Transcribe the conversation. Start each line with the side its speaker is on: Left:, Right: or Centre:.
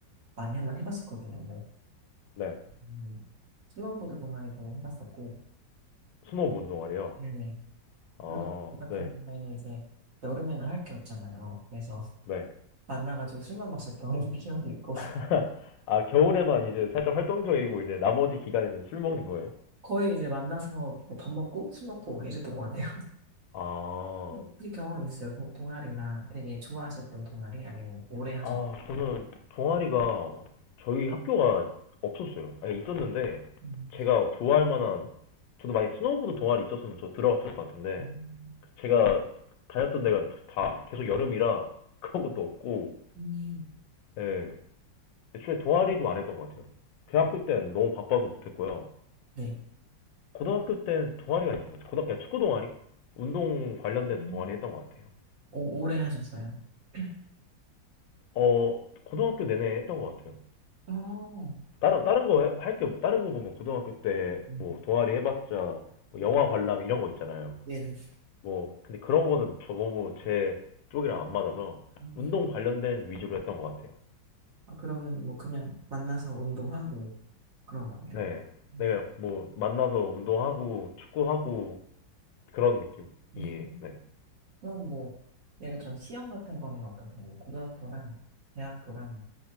Right: 많이 한번 해봤었거든요. 근데
Left: 네.
Right: 음, 스노우보드 동아리도 해봤었고,
Left: 스노우보드 동아리요?
Right: 네네.
Left: 어,
Right: 그룹 같은
Left: 네,
Right: 경우는 이제 여름에는 할 게 없잖아요. 그래서
Left: 네.
Right: 만나가지고 술만 마셨던 <laughs> 기억이 있고,
Left: <laughs> 아, 겨울에만 이제 살짝 활동적이고 이제 나머지 기간에는 술 먹는 거예요?
Right: 거의 이제 만나서 뭐 밥 먹고 술 먹고 막 이랬던 것 같아요.
Left: 아,
Right: 혹시 경험 있어요? 동, 동아리나 되게 좋아하셨던 동아리 아니면 오래 하셨?
Left: 아, 저는 동아리가 저희 학교가 없었어요. 아니, 있었는데
Right: 음,
Left: 제가 좋아할 만한 저도 만약에 스노우보드 동아리 있었으면 저 들어갔을 것 같은데
Right: 음,
Left: 제가 다녔던 데가 다 계속 여름이라 그런 것도 없고
Right: 음,
Left: 예, 애초에 동아리도 안 했던 것 같아요. 대학교
Right: 어,
Left: 때는 너무 바빠서 못했고요.
Right: 네.
Left: 고등학교 땐 동아리가 있었죠. 고등학교 축구 동아리? 운동 관련돼서
Right: 음.
Left: 동아리 했던 것 같아요.
Right: 오, 오래 하셨어요. <clears throat>
Left: 어, 고등학교 내내 했던 것 같아요.
Right: 어,
Left: 다른, 다른 거 할 게, 뭐, 다른 거 보면 고등학교 때
Right: 음,
Left: 뭐 동아리 해봤자 뭐 영화 관람 이런 거 있잖아요.
Right: 네네.
Left: 뭐, 근데 그런 거는 저 너무 제 쪽이랑 안 맞아서
Right: 음.
Left: 운동 관련된 위주로 했던 것 같아요.
Right: 아, 그러면 뭐 그냥 만나서 운동하고 그런 거예요.
Left: 네.
Right: 음,
Left: 내가 뭐 만나서 운동하고 축구하고 그런 느낌이에요.
Right: 음.
Left: 네.
Right: 그럼 뭐 예를 들어 시험 같은 거는 어떠세요? 고등학교랑 대학교랑